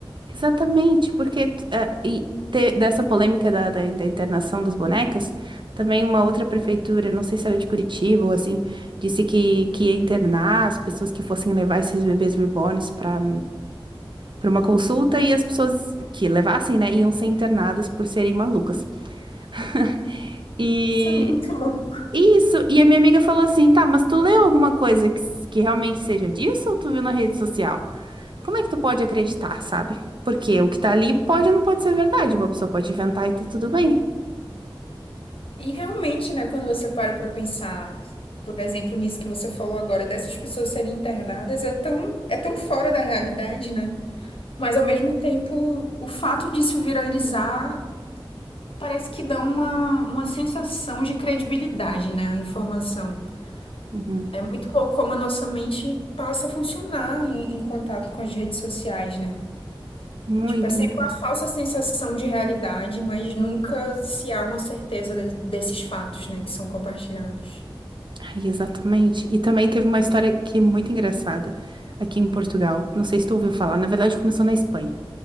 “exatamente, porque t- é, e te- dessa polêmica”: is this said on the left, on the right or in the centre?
Right